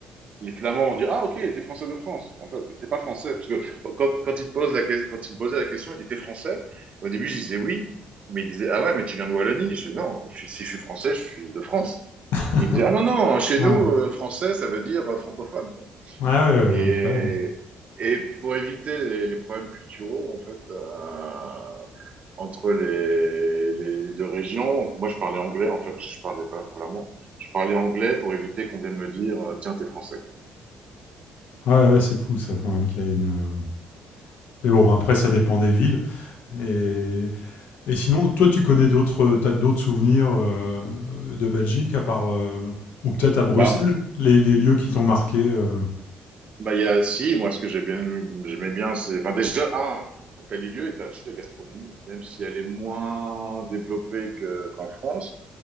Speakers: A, on the right; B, on the left.
A: Les Flamands ont dit, Ah, ok, t'es Français de France. En fait, t'es pas Français. Parce que quand, quand ils te posent la, que- quand ils me posaient la question, ils disaient, T'es Français? Au début, je disais oui. Mais ils disaient, Ah ouais, mais tu viens de Wallonie. Je dis, Non, je suis- si je suis Français, je suis de France.
B: <laughs>
A: Et ils disaient,
B: euh.
A: Ah non, non, chez
B: Ouais,
A: nous, euh, Français, ça veut dire euh, francophone.
B: ouais, ouais,
A: Et,
B: ouais, incroyable.
A: et pour éviter les, les problèmes culturels, en fait, euh, entre les, les- les deux régions, moi je parlais anglais, en fait, je parlais pas flamand. Je parlais anglais pour éviter qu'on vienne me dire, euh, tiens, t'es français, quoi.
B: Ouais, ouais, c'est fou ça quand même qu'il y a une. euh, Mais bon, après ça dépend des villes. Et Et sinon, toi, tu connais d'autres, euh, t'as d'autres souvenirs euh, de Belgique à part euh, ou peut-être à Bruxelles,
A: Bah,
B: les, les lieux qui t'ont marqué. euh.
A: bah, il y a, si, moi, ce que j'ai bien, j'aimais bien, c'est, enfin, déjà, un, dans tel lieu, et t'as aussi la gastronomie, même si elle est moins développée que, qu'en France,